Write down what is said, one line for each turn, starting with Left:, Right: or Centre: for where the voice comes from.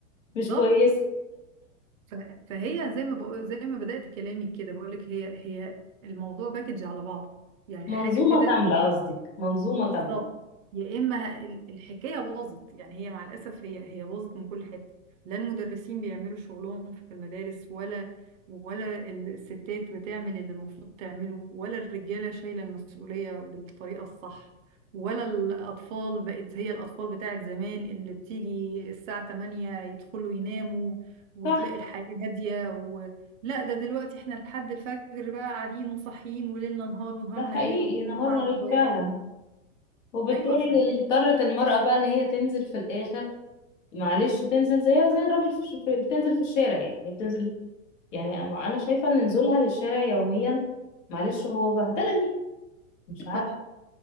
Left: مش
Right: بالظبط
Left: كويس
Right: ف- فهي زي ما بقول زي ما بدأت كلامي كده بقول لك هي هي الموضوع باكج على بعضه يعني
Left: منظومة
Right: حاجة كده
Left: كاملة قصدك منظومة
Right: م- بالظبط
Left: كاملة
Right: يا اما ه- ال- الحكايه باظت يعني هي مع الاسف هي هي باظت من كل حته لا المدرسين بيعملوا شغلهم في المدارس ولا ولا الستات بتعمل اللي المفروض تعمله ولا الرجاله شايله المسؤوليه بالطريقه الصح ولا الاطفال بقت هي الاطفال بتاعت زمان اللي بتيجي الساعه 8 يدخلوا يناموا وتلاقي
Left: صح
Right: الحياه هاديه و... لا ده دلوقتي احنا لحد الفجر بقى قاعدين وصاحيين وليلنا نهار ونهارنا
Left: ده حقيقي
Right: ليل وطول
Left: نهارنا
Right: النهار على
Left: ليل
Right: الموبايلات
Left: فعلا وبالتالي
Right: ايوه فهي
Left: اضطرت المرأة بقى ان هي تنزل في الاخر معلش تنزل زيها زي الراجل في الش- في- بتنزل في الشارع يعني هي بتنزل يعني انا أنا شايفة ان نزولها للشارع يوميا معلش هو بهدلة ليه مش عارفة
Right: طبعا